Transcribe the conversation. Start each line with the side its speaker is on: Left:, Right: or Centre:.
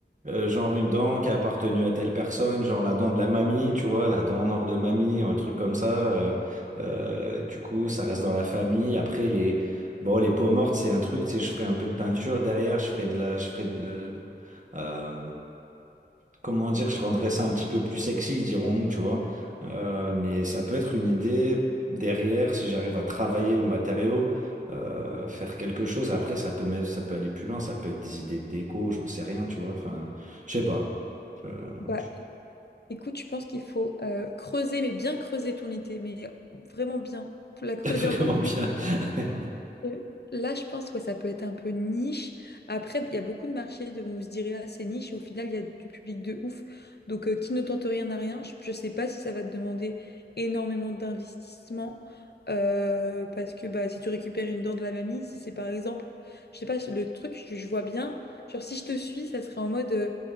Right: euh, genre une dent qui a appartenu à telle personne, genre la dent de la mamie, tu vois, la dent en or de mamie, ou un truc comme ça. euh, euh, du coup, ça reste dans la famille. Après, les, bon, les peaux mortes, c'est un truc, tu sais, je ferai un peu de peinture derrière, je ferai de la, je ferai de, la- euh, comment dire, je rendrais ça un petit peu plus sexy, dirons-nous, tu vois. Euh, mais ça peut être une idée derrière, si j'arrive à travailler le matériau, euh, faire quelque chose. Après, ça peut, même- ça peut aller plus loin, ça peut être des idées de déco, j'en sais rien, tu vois. Enfin, je sais pas. Euh,
Left: Bah,
Right: je-
Left: écoute, je pense qu'il faut euh, creuser, mais bien creuser ton idée, mais vraiment bien, pour la creuser
Right: <laughs> Vraiment
Left: encore plus.
Right: bien. <laughs>
Left: Euh, Là, je pense que ça peut être un peu niche. Après, il y a beaucoup de marchés de- où on se dirait ah, c'est niche et au final, il y a du public de ouf. Donc, euh, qui ne tente rien n'a rien. Je ne sais pas si ça va te demander énormément d'investissement euh, parce que bah, si tu récupères une dent de la mamie, si c'est par exemple, je sais pas, le truc, je, je vois bien, genre si je te suis, ça serait en mode. euh,